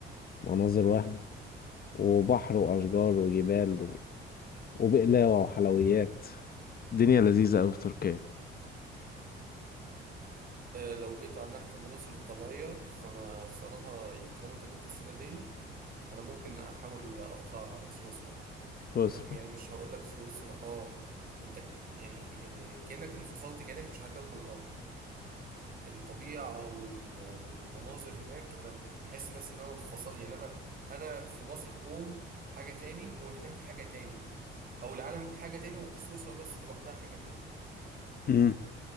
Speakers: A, on the left; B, on the right.
A: مناظر وهم وبحر واشجار وجبال وبقلاوة وحلويات الدنيا لذيذة أوي في تركيا
B: آه، لو جيت على ناحية المناظر الطبيعية فأنا صراحة يعني طالما أنت جبت السيرة دي أنا ممكن أحاول أطلع على سويسرا
A: بصرة
B: أنا يعني مش هقول لك سويسرا أه أنت يعني آه، كأنك انفصلت كأنك مش على كوكب الأرض الطبيعة وال- والمناظر هناك أنا بحس الناس إن أنا منفصل يعني أنا أنا في مصر كوم حاجة تاني وهناك حاجة تاني أو العالم حاجة تاني وسويسرا بس لوحدها حاجة تاني
A: امم